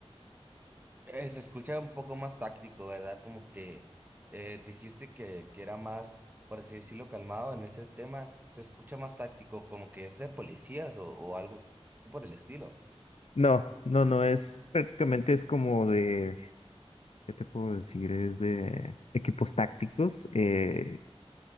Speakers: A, on the right; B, on the left.
A: Eh, se escucha un poco más táctico, ¿verdad? Como que eh, dijiste que, que era más, por así decirlo, calmado en ese tema. Se escucha más táctico, como que es de policías o, o algo por el estilo.
B: No, no, no, es prácticamente es como de, ¿qué te puedo decir? Es de equipos tácticos, eh,